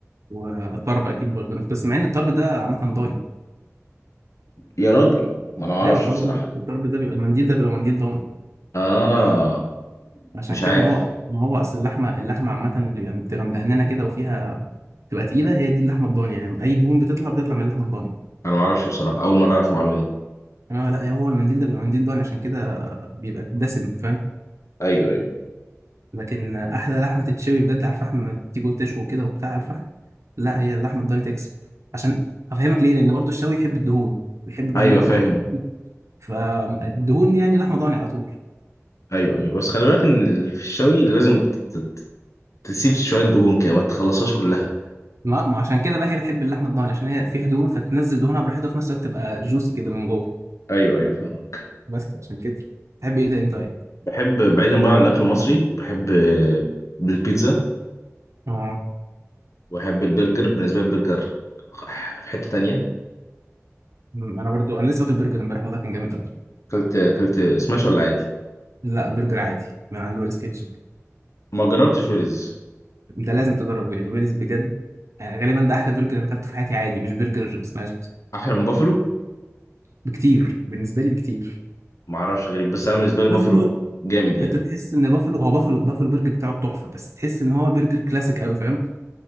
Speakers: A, on the right; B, on the left.
A: والطرب اكيد برضه بس مع ان الطرب ده عامه ضاني
B: يا راجل ما انا اعرفش
A: ايوه الطرب
B: بصراحة
A: ده الطرب ده بيبقى المنديل ده بيبقى منديل ضاني
B: اه
A: عشان
B: مش
A: كده
B: عارف
A: ما هو ما هو اصل اللحمه اللحمه عامه اللي بتبقى مدهننه كده وفيها تبقى تقيله هي دي اللحمه الضاني يعني اي دهون بتطلع بتطلع من اللحمه الضاني
B: انا معرفش بصراحة اول مرة اعرف معلومة دي
A: اه لا هو المنديل ده بيبقى منديل ضاني عشان كده بيبقى دسم فاهم
B: ايوه ايوه
A: لكن احلى لحمه تتشوي بجد على الفحم تيجي تشوي كده وبتاع على الفحم لا هي اللحمه الضاني تكسب عشان افهمك ليه لان برضو الشوي يحب الدهون بيحب بقى
B: ايوه
A: ان انت
B: فاهم
A: تبقى فالدهون دي يعني لحمه ضاني على طول
B: ايوه ايوه بس خلي بالك ان ال- في الشوي لازم ت- تسيب شوية دهون كده ما تخلصهاش كلها
A: ما ما عشان كده بقى هي بتحب اللحمه الضاني عشان هي فيها دهون فتنزل دهونها براحتها وفي نفس الوقت تبقى جوسي كده من جوه
B: ايوه ايوه فاهمك
A: بس عشان كده تحب ايه تاني طيب
B: بحب بعيدا بقى عن الاكل المصري بحب آه، البيتزا
A: اه
B: واحب البرجر بالنسبه لي البرجر في حته تانية
A: م- انا برضو انا لسه واكل برجر امبارح والله كان جامد قوي
B: اكلت اكلت سماش ولا عادي
A: لا برجر عادي من عند ويلز كيتشن
B: ما جربتش ويلز
A: انت لازم تجرب ويلز ويلز بجد يعني غالبا ده احلى برجر انا اكلته في حياتي عادي مش برجر سماش
B: احلى من بافلو
A: بكتير بالنسبه لي بكتير
B: ما اعرفش غريب بس انا بالنسبه لي بافلو
A: بافلو
B: جامد يعني
A: انت تحس ان بافلو هو بافلو بافلو برجر بتاعه تحفه بس تحس ان هو برجر كلاسيك قوي فاهم